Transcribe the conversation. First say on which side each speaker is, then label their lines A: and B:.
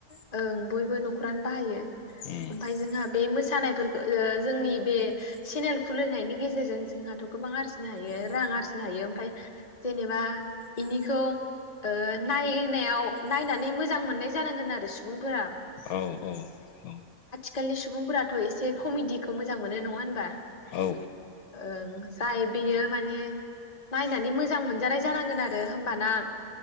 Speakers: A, on the left; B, on the left.
A: ओं बयबो न'खरानो बाहायो।
B: उम
A: ओमफाय जोंहा बे मोस सानायफोरखौ जोंनि बे चेनेल खुलिनायनि गेजेरजों जोंहाथ' गोबां आरजिनो हायो। रां आरजिनो हायो ओमफाय जेनेबा इनिखौ ओ नायनायाव नायनानै मोजां मोननाय जानांगोन आरो सुबुंफोरा।
B: औ औ औ।
A: खाललिनि सुबुंफोराथ' एसे कमेडिखौ मोजां मोनो नङा होनबा। बा
B: औ
A: ओं। दाय बियो माने। नायनानै मोजां मोनजानाय। जानांगोन आ रो होमबाना